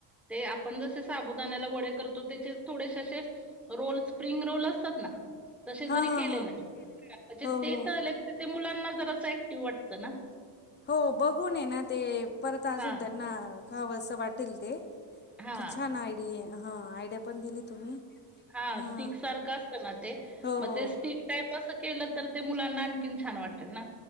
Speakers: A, in the centre; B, on the left (about 25°).
A: ते आपण जसे साबुदानाला वडे करतो त्याचे थोडेसे असे रोल स्प्रिंग रोल असतात ना. तसे
B: हां
A: जरी
B: हां
A: केले
B: हां
A: ना, म्हणजे
B: हो
A: ते
B: हो
A: तळले तर ते मुलांना जरंसं ऍक्टिव्ह वाटतं ना.
B: हो बघून ये ना ते परत अजून
A: हां,
B: त्यांना खावस वाटेल ते.
A: हां.
B: तर छान आयडी आहे. हा आयडिया पण दिली तुम्ही.
A: हा
B: हां
A: स्टिक सारखं असतं ना ते,
B: हो
A: मग ते स्टिक ते तसं केलं तर ते मुलांना आणखीन छान वाटेल ना.